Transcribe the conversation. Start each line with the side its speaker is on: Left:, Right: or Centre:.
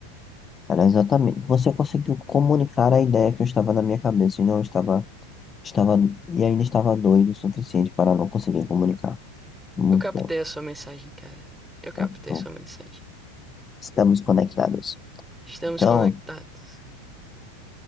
Left: Era exatamente. Você conseguiu comunicar a ideia que eu estava na minha cabeça e não estava, estava e ainda estava doido o suficiente para não conseguir comunicar. Muito
Centre: Eu captei
Left: bom.
Centre: a sua mensagem, cara. Eu captei
Left: tá? Então,
Centre: a sua mensagem.
Left: estamos conectados.
Centre: Estamos
Left: Então,
Centre: conectados.